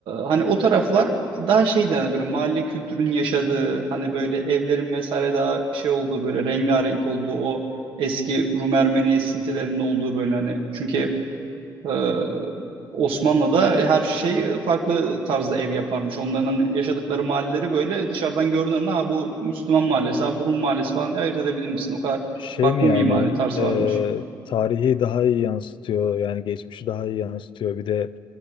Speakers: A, on the right (about 85°); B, on the left (about 70°).
A: hani o taraflar daha şey hani böyle mahalle kültürünün yaşadığı hani böyle evlerin vesaire daha şey olduğu böyle rengarenk olduğu o eski Rum Ermeni esintilerinin olduğu böyle hani çünkü e, Osmanlı'da her şey farklı tarzda ev yaparmış. Onların hani yaşadıkları mahalleleri böyle dışarıdan gördüğün anda ha bu Müslüman mahallesi, ha bu Rum mahallesi falan diye ayırt edebilir misin? O kadar
B: Şey
A: farklı
B: mi
A: mimari
B: yani
A: tarz
B: eee,
A: varmış.
B: tarihi daha iyi yansıtıyor. Yani geçmişi daha iyi yansıtıyor. Bir de